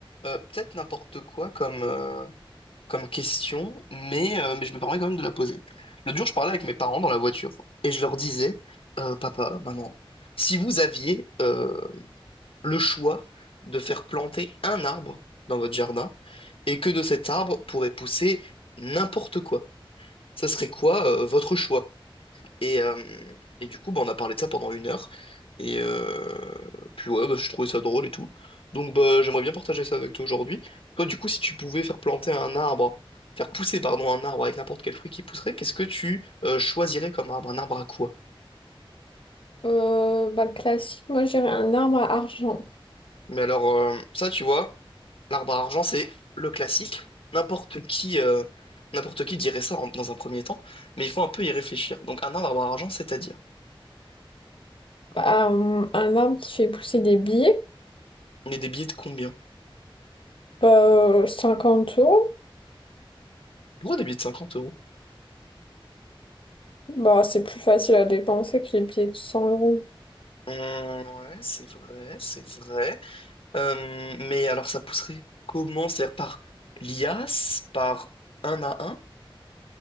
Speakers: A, on the left; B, on the left.
A: Euh, peut-être n'importe quoi comme, euh, comme question, mais, euh, mais je me permets quand même de la poser. L'autre jour, je parlais avec mes parents dans la voiture et je leur disais, euh, papa, maman, si vous aviez euh, le choix de faire planter un arbre dans votre jardin et que de cet arbre pourrait pousser n'importe quoi, ça serait quoi euh, votre choix? Et, euh, et du coup, bah, on a parlé de ça pendant une heure. Et euh, puis ouais, bah, je trouvais ça drôle et tout. Donc bah, j'aimerais bien partager ça avec toi aujourd'hui. Toi, du coup, si tu pouvais faire planter un arbre, faire pousser, pardon, un arbre avec n'importe quel fruit qui pousserait, qu'est-ce que tu euh, choisirais comme arbre? Un arbre à quoi?
B: Euh, bah, classique, moi j'irais un arbre à argent.
A: Mais alors, euh, ça, tu vois, l'arbre à argent, c'est le classique. N'importe qui, euh, n'importe qui dirait ça en- dans un premier temps, mais il faut un peu y réfléchir. Donc un arbre à argent, c'est-à-dire,
B: Euh, un arbre qui fait pousser des billets,
A: on est des billets de combien?
B: bah, euh, 50 euros.
A: Pourquoi des billets de 50 euros?
B: Bah, c'est plus facile à dépenser que les billets de cent euros.
A: Hum, ouais, c'est vrai, c'est vrai. Euh, mais alors, ça pousserait comment? C'est-à-dire par liasse, par un à un